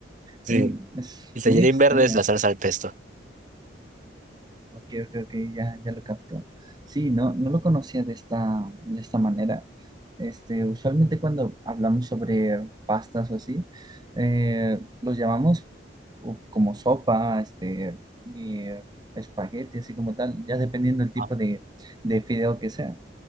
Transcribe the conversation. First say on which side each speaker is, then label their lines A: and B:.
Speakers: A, on the right; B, on the right.
A: Sí,
B: Mm, es
A: el tallarín
B: muy extraña.
A: verde es la salsa al pesto.
B: Ok, ok, ok, ya, ya lo capto. Sí, no, no lo conocía de esta, de esta manera. Este, usualmente cuando hablamos sobre pastas o así, eh, los llamamos u- como sopa, este, y, eh, espagueti, así como tal, ya dependiendo del tipo
A: Ah,
B: de, de fideo que sea,